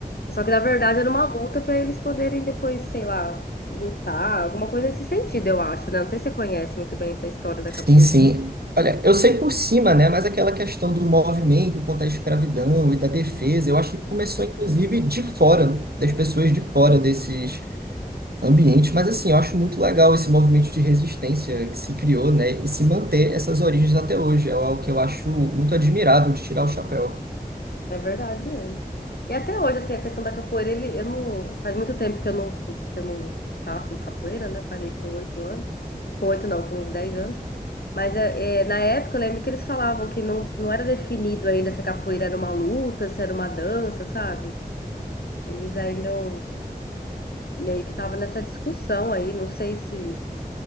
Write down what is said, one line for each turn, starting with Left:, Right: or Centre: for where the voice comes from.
Left: Só que na verdade era uma luta para eles poderem depois, sei lá, lutar, alguma coisa nesse sentido, eu acho, né? Não sei se você conhece muito bem essa história da capoeira.
Right: Sim, sim. Olha, eu sei por cima, né? Mas aquela questão do movimento contra a escravidão e da defesa, eu acho que começou, inclusive, de fora, das pessoas de fora desses ambiente, mas assim, eu acho muito legal esse movimento de resistência que se criou, né, e se manter essas origens até hoje, é algo que eu acho muito admirável de tirar o chapéu.
Left: É verdade mesmo. E até hoje, assim, a questão da capoeira, ele, eu não, faz muito tempo que eu não, que eu não faço capoeira, né? Parei com oito anos. Com oito não, com uns 10 anos. Mas é, é, na época eu lembro que eles falavam que não, não era definido ainda se a capoeira era uma luta, se era uma dança, sabe? Eles ainda não- meio que estavam nessa discussão aí, não sei se,